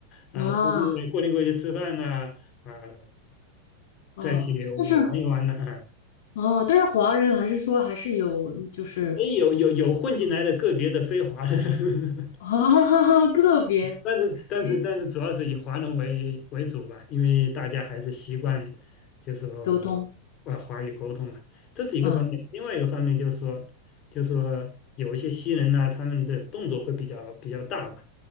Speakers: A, on the left; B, on the left.
A: 啊、
B: 啊
A: 出去过年过节吃饭呐、啊，
B: 啊？
A: 在一起玩一玩呐、
B: 就是
A: 啊，
B: 啊，但是华人还是说还是有就是
A: 哎，有有有混进来的个别的非华的，<laughs>
B: 啊 <laughs> 个别
A: 但是但是但是主要是以华人为为主吧，
B: 哎
A: 因为大家还是习惯就是说呃华语沟通嘛，
B: 沟通
A: 这是一个方面。
B: 啊
A: 另外一个方面就是说，就是说有一些西人呐、他们的动作会比较比较大吧，